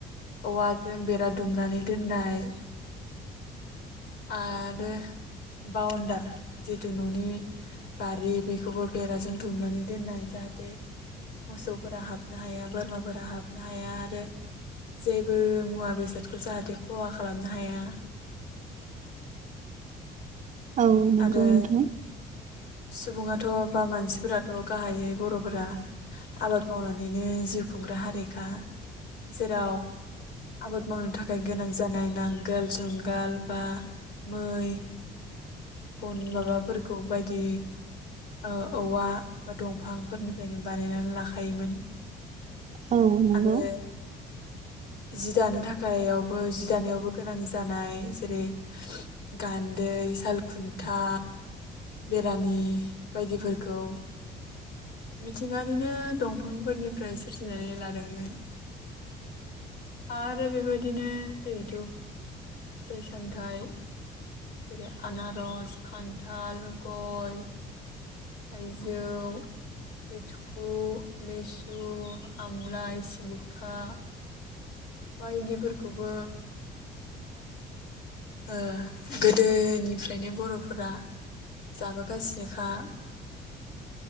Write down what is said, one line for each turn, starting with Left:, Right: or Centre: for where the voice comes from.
Left: औवाजों बेरा दुमनानै दोननाय आरो बाउणडार जितु न'नि बारि बेखौबो बेराजों दुमनानै दोननाय जाहाथे मोसौफोरा हाबनो हाया बोरमाफोरा हाबनो हाया आरो। जेबो मुवा बेसादखौ जाहाथे खहा खालामनो हाया। <inaudible>
Right: औ नोंगौ
Left: आरो
Right: नोंथां।
Left: सुबुङाथ' बा मानसिफोराथ' गाहायै बर'फोरा - आबाद मावनानैनो जिउ खुंग्रा हारिेखा जेराव - आबाद मावनो थाखाय गोनां जानाय नांगोल, जुंगाल बा मै गन माबाफोरखौ बायदि ओ औवा बा दंफां फोरनिफ्रायनो बानायनानै लाखायोमोन।
Right: औ नंगौ।
Left: आरो <inaudible> जि दानो थाखायावबो जि दानायावबो गोनां जानाय जेरै गान्दै साल खुन्था बेरानि बायदिफोरखौ मिथिंगानिनो दंफांफोरनिफ्राय सोरजिनानै लादोंमोन आरो बेबायदिनो जिरहेथु फिथाइ सामथायाइ जेरै आनारस, खान्थाल, गय थायजौ लिटकु, लिसु, आमलाइ, सिलिखा बायदिफोरखौबो ओ गोदो निफ्रायनो बर'फोरा जाबोगासिनोखा